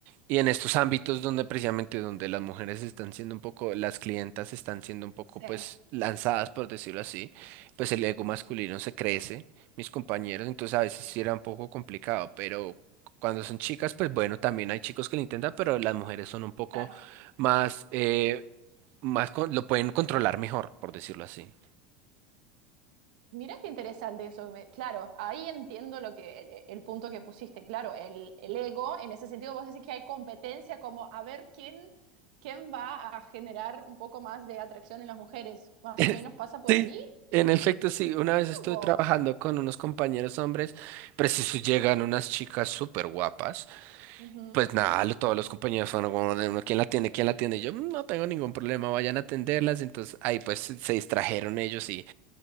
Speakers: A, on the right; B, on the right.
A: Y en estos ámbitos donde precisamente donde las mujeres están siendo un poco, las clientas están siendo un poco
B: Sí,
A: pues lanzadas, por decirlo así, pues el ego masculino se crece, mis compañeros, entonces a veces sí era un poco complicado, pero cuando son chicas, pues bueno, también hay chicos que lo intentan, pero las mujeres son un poco
B: claro.
A: más, eh, más con- lo pueden controlar mejor, por decirlo así.
B: Mirá qué interesante eso. me- Claro, ahí entiendo lo que el, el punto que pusiste. Claro, el, el ego, en ese sentido, vos decís que hay competencia como a ver quién, quién va a generar un poco más de atracción en las mujeres. Más
A: <laughs>
B: o menos pasa por
A: Sí,
B: ahí.
A: en efecto, sí. Una vez
B: ¿no?
A: estuve
B: Vos.
A: trabajando con unos compañeros hombres, preciso llegan unas chicas súper guapas.
B: Ujú.
A: Pues nada, lo- todos los compañeros fueron como, de uno, ¿quién la atiende? ¿Quién la atiende? Y Yo "Mm, no tengo ningún problema, vayan a atenderlas. Entonces ahí pues se se distrajeron ellos y